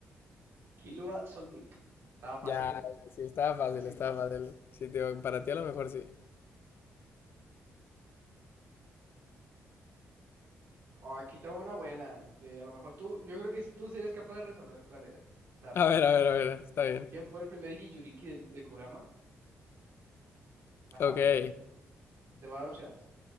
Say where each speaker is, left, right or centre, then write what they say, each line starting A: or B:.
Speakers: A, on the right (about 55°); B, on the left (about 50°).
A: Kilua Soldic. Estaba fácil,
B: Ya,
A: ¿eh?
B: ya, sí, estaba fácil,
A: Fácil,
B: estaba
A: fácil.
B: fácil. Sí, tío, para ti a lo mejor sí.
A: Oh, aquí tengo una buena. De a lo mejor tú. Yo creo que si tú sí eres capaz de resolver cuál es la respuesta.
B: A ver, a ver, a ver, está bien.
A: ¿Quién fue el primer Jinchuriki del- de Kurama? Ajá.
B: Ok,
A: Te va a dar opciones.